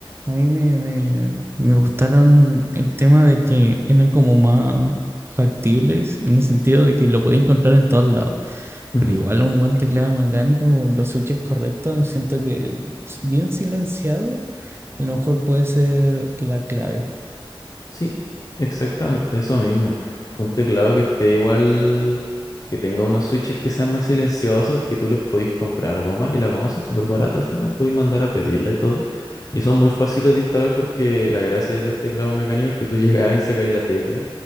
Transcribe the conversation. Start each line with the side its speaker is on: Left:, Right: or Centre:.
Right: a mí me, me, me gustaron el tema de que eran como más factibles, en el sentido de que lo podía encontrar en todos lados.
Left: Ujú.
Right: Pero igual un buen teclado mecánico con los switches correctos, siento que bien silenciado, a lo mejor puede ser la clave.
Left: Sí, exactamente eso mismo. Un teclado que esté igual, que tenga unos switches que sean más silenciosos, que tú le podís comprar goma y las gomas son súper baratas al final, podéis mandar a pedirla y todo. Y son muy fáciles de instalar porque la gracia de los teclados mecánicos es que tú llegás y sacáis la tecla,